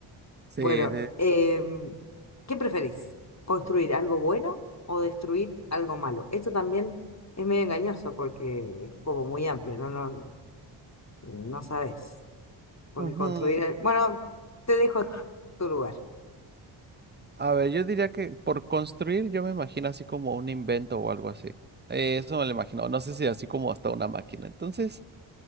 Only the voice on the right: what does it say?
sí.
de-
Ujú.
A ver, yo diría que por construir yo me imagino así como un invento o algo así. Eh, eso me lo imagino. No sé si así como hasta una máquina. Entonces,